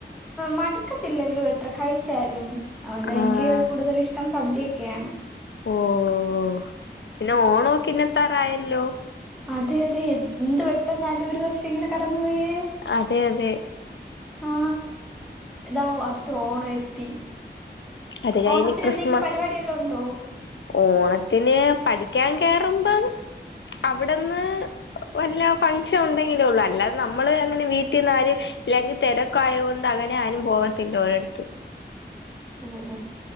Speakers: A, in the centre; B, on the left (about 75°).
A: മടുക്കത്തില്ലല്ലോ എത്ര കഴിച്ചാലും അവോണ്ട്
B: ആ
A: എനിക്ക് കൂടുതൽ ഇഷ്ടം സദ്യൊക്കെയാണ്
B: ഓഹ് പിന്നെ ഓണൊക്കെ ഇങ്ങെത്താറായല്ലോ
A: അതെ അതെ എന്ത് പെട്ടെന്നാലെ ഒരു വർഷം ഇങ്ങനെ കടന്നു പോയേ
B: അതെ അതെ
A: ആ ഇതാവും അടുത്ത ഓണം എത്തി
B: അത് കഴിഞ്ഞ്
A: ഓണത്തിന്
B: ക്രിസ്മസ്
A: എന്തെങ്കിലും പരിപാടി വല്ലോം ഉണ്ടോ
B: ഓണത്തിന് പഠിക്കാൻ കേറുമ്പം അവിടെന്ന് വല്ല ഫംഗഷൻ ഉണ്ടെങ്കിലേ ഉള്ളു അല്ലാതെ നമ്മള് അങ്ങനെ വീട്ടിന്ന് ആരും എല്ലായിരിക്കും തിരക്കായത്കോണ്ട് അങ്ങനെ ആരും പോകത്തില്ല ഓരിടത്തും
A: ഓഹ്